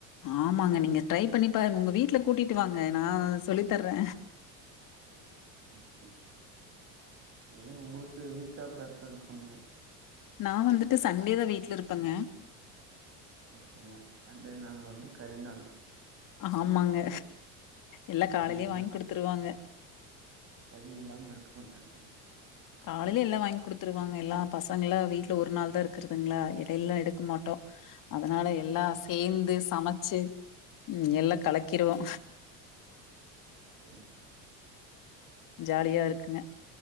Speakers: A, on the left; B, on the right.
A: ஆமாங்க நீங்க ட்ரை பண்ணி பாருங் உங்க வீட்ல கூட்டிட்டு வாங்க நா சொல்லி தர்றே
B: <inaudible> சேரி உங்ளுக்கு வீக் <unintelligible> எப்ப இருக்குமுங்க
A: நா வந்துட்டு சண்டேதா வீட்ல இருப்பங்க
B: ஓகேங்க அப்ப சண்டே நாள் வந்து கறி நாள்
A: ஆமாங்க எல்லா
B: கறி
A: காலைலியே
B: இல்லா
A: வாங் குடுத்துருவாங்க
B: கறி இல்லாம இருக்க மாட்டாங்க
A: காலைல எல்லா வாங் குடுத்துருவாங்க எல்லா பசங்கள்லா வீட்ல ஒரு நாள் தா இருக்கறதுங்ளா எடைல்லா எடுக்க மாட்டோ அதனால எல்லா சேந்து சமைச்சி ம் எல்லா கலக்கிருவோ
B: சேரிங்
A: ஜாலியா இருக்குங்க